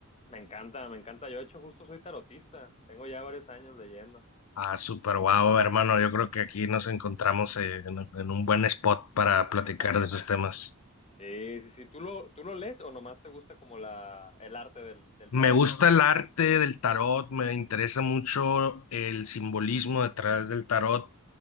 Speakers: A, on the left; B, on the left.
A: Me encanta, me encanta. Yo, de hecho, justo soy tarotista. Tengo ya varios años leyendo.
B: Ah, súper guau, hermano. Yo creo que aquí nos
A: Eh,
B: encontramos eh, en, en un buen spot para platicar
A: <laughs>
B: de esos temas.
A: sí, sí, sí. ¿Tú lo, tú lo lees o nomás te gusta como la, el arte del, del
B: Me
A: tarot?
B: gusta el arte del tarot, me interesa mucho el simbolismo detrás del tarot,